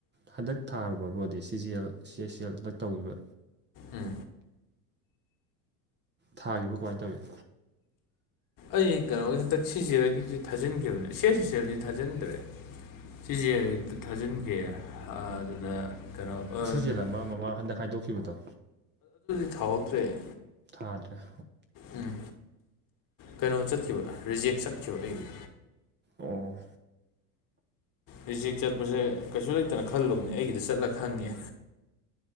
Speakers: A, on the right; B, on the left.
A: ꯍꯟꯗꯛ ꯊꯥꯔꯨꯕ ꯕꯣꯗꯤ ꯁꯤꯖꯤꯦꯜ ꯁꯤꯁꯤ ꯑꯦꯜ ꯍꯟꯗꯛ ꯇꯧꯈꯤꯕ
B: ꯎꯝ
A: ꯊꯥꯈꯤꯕꯣ ꯀꯃꯥꯏꯅ ꯇꯧꯏꯤ
B: ꯑꯩ ꯀꯩꯅꯣꯒꯤ ꯍꯟꯗꯛ ꯁꯤꯁꯦꯒꯤꯗꯤ ꯊꯥꯖꯤꯟꯈꯤꯕꯅꯦ ꯁꯤꯦ ꯁꯤꯁꯦ ꯦꯜꯗꯤ ꯊꯥꯖꯤꯟꯗ꯭ꯔꯦ ꯁꯤꯁꯦꯜꯗ ꯊꯥꯖꯤꯟꯒꯦ ꯑꯗꯨꯗ ꯀꯩꯅꯣ ꯑ-
A: ꯁꯤꯖꯦꯜ ꯑꯃ ꯃꯃꯥ ꯍꯟꯗꯛ ꯈꯥꯏꯗꯣꯛꯈꯤꯕꯗꯣ
B: ꯊꯍꯧꯗ꯭ꯔꯦ
A: ꯊꯗꯔ꯭ꯦ
B: ꯎꯝ ꯀꯩꯅꯣ ꯆꯠꯈꯤꯕ ꯔꯤꯖꯦꯛ ꯆꯠꯈꯤꯕ ꯑꯩꯒꯤ
A: ꯑꯣ
B: ꯔꯦꯆꯦꯛ ꯆꯠꯄꯁꯦ ꯀꯩꯁꯨ ꯂꯩꯇꯅ ꯈꯜꯂꯨꯕꯅꯦ ꯑꯩꯒꯤꯗ ꯆꯠꯂ ꯈꯪꯉꯦ